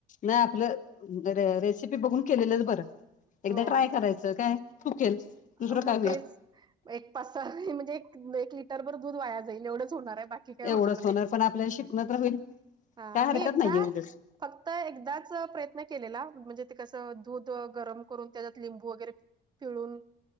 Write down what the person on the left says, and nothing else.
नाही आपलं, र, रेसिपी बघून केलेलंच बरं, एकदा
ट्राय करायचं काय चुकेल दुसरं
काय व्हईल.
एवढंच
पण आपल्याला शिकण तर होईल
काय हरकत
नाहीये उलट